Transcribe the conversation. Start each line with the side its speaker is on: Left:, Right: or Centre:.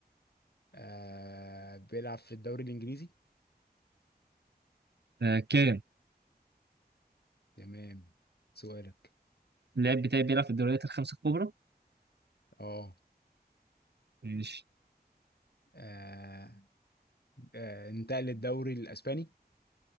Left: آه بيلعب في الدوري الإنجليزي
Right: آه كام
Left: تمام سؤالك
Right: اللاعب بتاعي بيلعب في الدوريات الخمسة الكبرى
Left: اه
Right: ماشي
Left: آه، آه، انتقل للدوري الإسباني